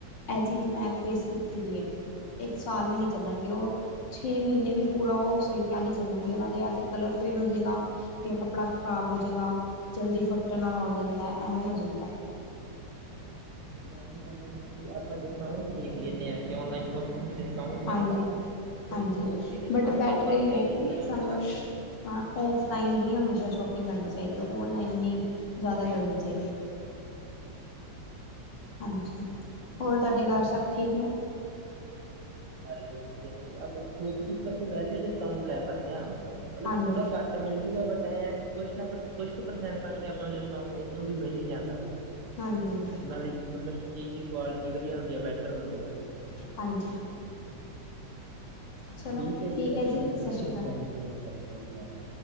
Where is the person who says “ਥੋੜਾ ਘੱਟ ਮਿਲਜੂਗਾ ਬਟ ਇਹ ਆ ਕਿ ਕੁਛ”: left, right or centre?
Right